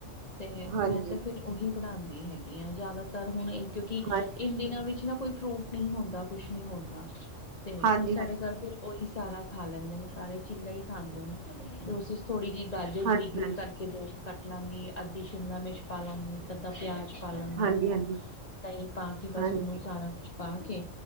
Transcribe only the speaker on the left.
ਤੇ
ਮੈਂ ਤੇ ਫਿਰ ਉਹੀ ਬਣਾਉਂਦੀ ਹੈਗੀ ਹਾਂ, ਜ਼ਿਆਦਾਤਰ ਹੁਣ ਇਹ ਕਿਉਂਕਿ।
ਦਿਨਾਂ ਵਿੱਚ ਨਾ ਕੋਈ ਫਰੂਟ ਨੀ ਹੁੰਦਾ ਕੁਛ ਨੀ ਹੁੰਦਾ ਤੇ
ਸਾਡੇ ਘਰ ਕੋ। ਉਹੀ ਸਾਰਾ ਖਾ ਲੈਂਦੇ ਨੇ ਸਾਰੇ ਚੀਲਾ ਹੀ ਖਾਂਦੇ ਨੇ, ਫਿਰ ਉਸ ਚ ਥੋੜ੍ਹੀ ਜਿਹੀ ਗਾਜਰ
ਬਰੀਕ ਬਰੀਕ ਕਰਕੇ। ਕੇ ਦੋਸਤ ਕਟ ਲਾਂਗੀ ਅੱਧੀ ਸ਼ਿਮਲਾ ਮਿਰਚ। ਪਾ ਲਾਂਗੀ ਇੱਕ ਅੱਧਾਂ ਪਿਆਜ ਪਾ ਲਾਂਗੀ
ਦਹੀਂ ਪਾ ਕੇ ਬਸ
ਉਹਨੂੰ ਸਾਰਾ ਕੁਛ। ਪਾ ਕੇ